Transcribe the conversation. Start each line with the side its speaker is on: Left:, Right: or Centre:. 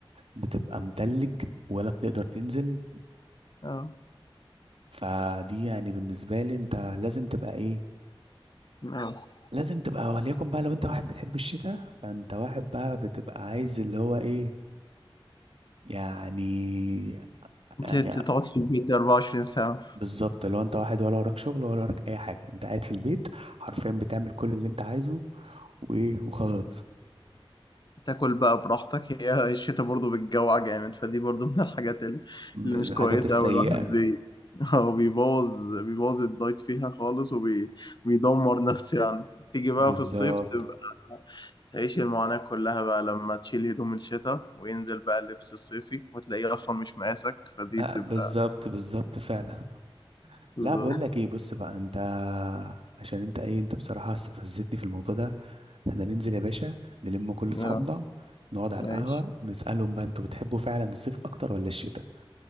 Right: بتبقى متلج ولا بتقدر تنزل
Left: اه
Right: فدي يعني بالنسبة لي انت لازم تبقى ايه
Left: اه
Right: لازم تبقى وليكن بقى لو انت واحد بتحب الشتاء فانت واحد بقى بتبقى عايز اللي هو ايه يعني
Left: انت
Right: يعني
Left: تقعد في البيت 24 ساعة
Right: بالظبط لو انت واحد ولا وراك شغل ولا وراك اي حاجة انت قاعد في البيت حرفيا بتعمل كل اللي انت عايزه وايه وخلاص
Left: تاكل بقى براحتك هي الشتا برضو بتجوع جامد فدي برضو من الحاجات ال-
Right: م-
Left: اللي
Right: الحاجات
Left: مش كويسة
Right: السيئة
Left: أوي الواحد بي هو بيبوظ بيبوظ الدايت فيها خالص وبيدمر نفسه يعني تيجي بقى
Right: بالظبط
Left: في الصيف تبقى تعيش المعاناة كلها بقى لما تشيل هدوم الشتاء وينزل بقى اللبس الصيفي وتلاقيه أصلا مش مقاسك فدي
Right: آه،
Left: بتبقى
Right: بالظبط بالظبط فعلا
Left: بالظبط
Right: لا بقول لك ايه بص بقى انت عشان انت ايه انت بصراحة استفزتني في الموضوع ده احنا ننزل يا باشا نلم كل
Left: آه،
Right: اصحابنا نقعد على
Left: ماشي
Right: القهوة ونسألهم بقى انتوا بتحبوا فعلا الصيف اكتر ولا الشتاء